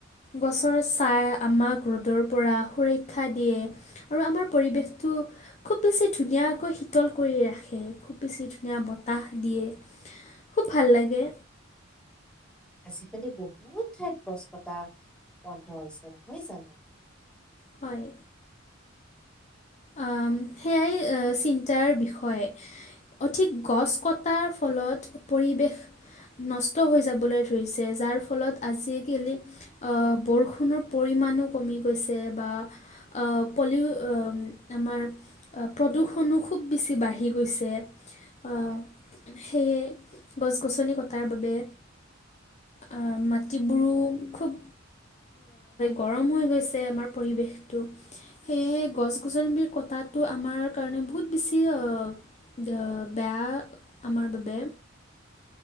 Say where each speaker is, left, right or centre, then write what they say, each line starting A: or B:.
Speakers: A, on the left (about 35°); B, in the centre.
A: গছৰ ছাঁয়ে আমাক ৰ'দৰ পৰা সুৰক্ষা দিয়ে আৰু আমাৰ পৰিৱেশটো খুব বেছি ধুনীয়াকৈ শীতল কৰি ৰাখে খুব বেছি ধুনীয়া বতাহ দিয়ে খুব ভাল লাগে
B: আজিকালি বহুত ঠাইত গছ কটা বন্ধ হৈছে নহয় জানো
A: হয় আ, সেয়াই অ', চিন্তাৰ বিষয়, অধিক গছ কটাৰ ফলত পৰিৱেশ নষ্ট হৈ যাবলৈ ধৰিছে, যাৰ ফলত আজিকালি অ', বৰষুণৰ পৰিমাণো কমি গৈছে বা আ, পলিও আমাৰ অ', প্ৰদূষনো খুব বেছি বাঢ়ি গৈছে অ', সেয়ে গছ গছনি কটাৰ বাবে আ, মাটিবোৰো খুব গৰম হৈ গৈছে, আমাৰ পৰিৱেশটো সেয়েহে গছ গছনি বিলাক কটাটো আমাৰ কাৰণে বহুত বেছি অ', বেয়া আমাৰ বাবে।